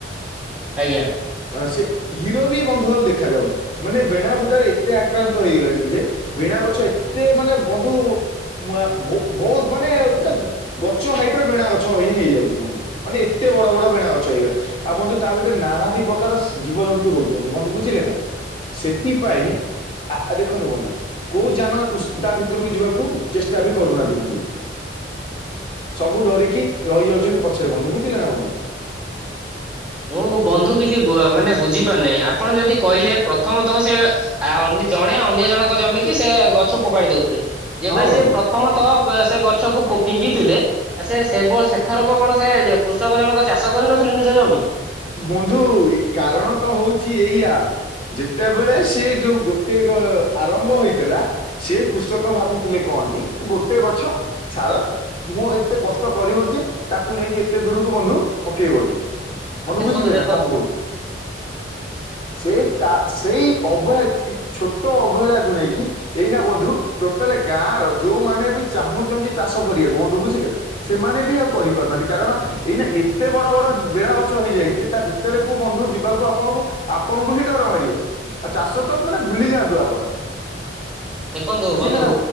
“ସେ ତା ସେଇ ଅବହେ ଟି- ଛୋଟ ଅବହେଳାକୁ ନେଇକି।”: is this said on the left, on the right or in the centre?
Left